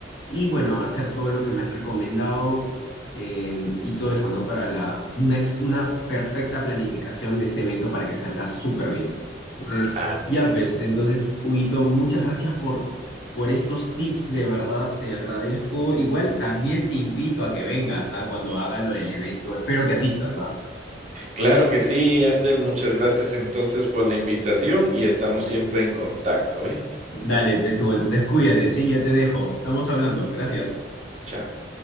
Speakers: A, on the left (about 80°); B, on the right (about 40°).
A: y bueno, hacer todo lo que me has recomendado eh, y todo eso, ¿no? Para la, una, ex- una perfecta planificación de este evento para que salga súper bien. Entonces,
B: Así
A: ya
B: es.
A: pues, entonces, Huguito, muchas gracias por, por estos tips, de verdad te agradezco. Igual también te invito a que vengas, ¿ah? Cuando haga lo del evento. Espero que asistas, ¿ah?
B: Claro que sí, Abdel, muchas gracias entonces por la invitación y estamos siempre en contacto, ¿eh?
A: Dale, Pesú, entonces cuídate, sí, ya te dejo. Estamos hablando. Gracias.
B: Chao.